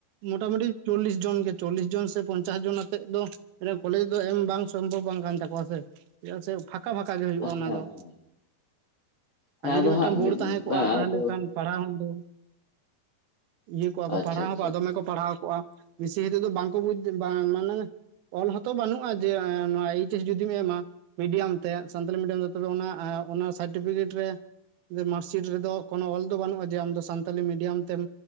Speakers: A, on the right; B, on the left.
A: ᱢᱚᱴᱟ ᱢᱩᱴᱤ ᱪᱚᱞᱞᱤᱥ ᱡᱚᱱ ᱜᱮ ᱪᱚᱞᱞᱤᱥ ᱡᱚᱱ ᱥᱮ ᱯᱚᱧᱪᱟᱥ ᱡᱚᱱ ᱟᱛᱮᱫ ᱫᱚ ᱠᱚᱞᱮᱡᱽ ᱫᱚ ᱮᱢ ᱵᱟᱝ ᱥᱚᱢᱵᱷᱚᱵᱽ ᱵᱟᱝ ᱠᱟᱱ ᱛᱟᱠᱚᱣᱟ ᱥᱮ ᱪᱮᱫᱟᱜ ᱥᱮ ᱯᱷᱟᱠᱼᱼ ᱯᱷᱟᱠᱟ ᱯᱷᱟᱠᱟ ᱜᱮ ᱦᱩᱭᱩᱜᱼᱟ
B: ᱦᱮᱸ
A: ᱚᱱᱟ ᱫᱚ,
B: ᱦᱮᱸ ᱦᱮᱸ
A: ᱟᱨ ᱡᱩᱫᱤ
B: ᱟᱫᱚ
A: ᱢᱤᱫᱴᱟᱹᱝ
B: ᱦᱟᱸᱜ
A: ᱵᱳᱲ
B: ᱢᱤᱫ
A: ᱛᱟᱦᱮᱸ ᱠᱚᱜᱼᱟ
B: ᱵᱟᱝ
A: ᱛᱟᱦᱮᱞᱮ
B: ᱟᱫᱚ
A: ᱠᱷᱟᱱ ᱯᱟᱲᱦᱟᱣ ᱦᱚᱸ ᱫᱚ <inaudible> ᱤᱭᱟᱹ ᱠᱚᱜᱼᱟ ᱠᱚ
B: ᱟᱪᱪᱷᱟ
A: ᱯᱟᱲᱦᱟᱣ
B: ᱟᱪᱪᱷᱟ
A: ᱦᱚᱸᱠᱚ
B: ᱟᱪᱪᱷᱟ
A: ᱫᱚᱢᱮ ᱠᱚ ᱯᱟᱲᱦᱟᱣ ᱠᱚᱜᱼᱟ <unintelligible> ᱵᱤᱥᱚᱭ ᱨᱮ ᱫᱚ ᱵᱟᱝᱠᱚ ᱵᱩᱫᱷ <unintelligible> ᱵᱟᱝ ᱢᱟᱱᱮ ᱚᱞ ᱦᱚᱸᱛᱚ ᱵᱟᱹᱱᱩᱜᱼᱟ ᱡᱮ ᱮᱸᱻ ᱱᱚᱣᱟ ᱤ-ᱴᱮᱥᱴ ᱡᱩᱫᱤᱢ ᱮᱢᱟ ᱢᱤᱰᱤᱭᱟᱢ ᱛᱮ ᱥᱟᱱᱛᱟᱞᱤ ᱢᱤᱰᱤᱭᱟᱢ ᱫᱚ ᱛᱚᱵᱮ ᱚᱱᱟ ᱚᱱᱟ ᱥᱟᱨᱴᱤᱯᱷᱤᱠᱮᱴ ᱨᱮ ᱢᱟᱨᱠᱥᱤᱴ ᱨᱮᱫᱚ ᱠᱚᱱᱚ ᱚᱞ ᱫᱚ ᱵᱟᱹᱱᱩᱜᱼᱟ ᱡᱮ ᱟᱢ ᱫᱚ ᱥᱟᱱᱛᱟᱞᱤ ᱢᱤᱰᱤᱭᱟᱹᱢ ᱛᱮᱢ